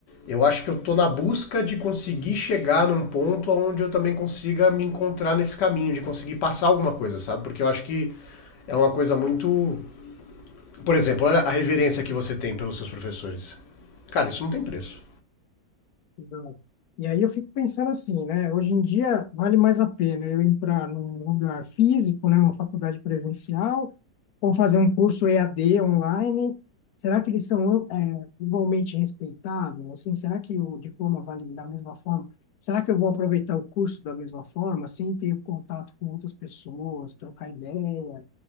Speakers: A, on the left; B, on the left.
A: eu acho que eu tô na busca de conseguir chegar num ponto onde eu também consiga me encontrar nesse caminho, de conseguir passar alguma coisa, sabe? Porque eu acho que é uma coisa muito. Por exemplo, olha a reverência que você tem pelos seus professores. Cara,
B: <clears throat>
A: isso não tem preço.
B: Exato. E aí eu fico pensando assim, né? Hoje em dia vale mais a pena eu entrar num lugar físico, né? Uma faculdade presencial, ou fazer um curso EAD online. Será que eles são é, igualmente respeitados? Assim, será que o diploma vale da mesma forma? Será que eu vou aproveitar o curso da mesma forma, sem ter contato com outras pessoas, trocar ideia,